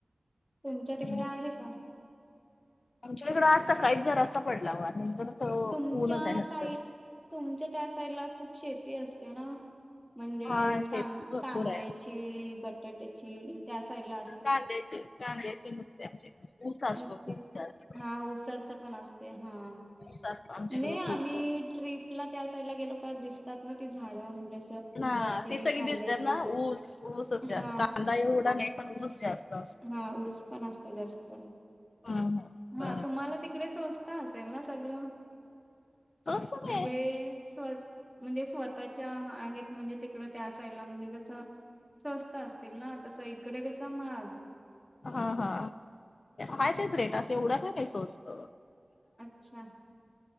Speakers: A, in the centre; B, on the left.
A: तुमच्या
B: हम्म
A: तिकडे आहे का
B: आमच्या इकडं आज सकाळीच जरा अस पडला हो नंतर असं
A: तुमच्या
B: ऊनच आहे नंतर.
A: साईड तुमच्या त्या साईड ला खूप शेती असते ना म्हणजे
B: हा शेती
A: क
B: भरपूर
A: कांद्याची
B: आहे
A: बटाट्याची त्या साइडला
B: कांद्याचे कांद्याचे नुसते आमचे ऊस असव
A: नसते
B: खूप जास्त
A: हा उसाच पण असते हा.
B: ऊस असतो आमच्या
A: म्हणजे
B: इकडं
A: आम्ही
B: खूप
A: ट्रीपला त्या साईडला गेलो का दिसतात ना ती झाडं म्हणजे असं
B: ह
A: ऊसाची
B: ती सग
A: कांद्याची
B: दिसतात ना ऊस ऊसच जास्त
A: हा
B: कांदा एवढा नाही पण ऊस जास्त असतो.
A: हा ऊस पण असतो जास्त
B: हा
A: हा
B: बर
A: तुम्हाला तिकडेचत असेल ना सगळ
B: तसं
A: म्हणजे
B: नाही
A: स्वस् म्हणजे स्वतःच्या आहेत म्हणजे तिकड त्या साईडला म्हणजे कसं स्वस्त असतील ना तस इकडे कसा महाग
B: हा हा आहेय तेच रेट असं एवढं का काही सवस्त
A: अच्छा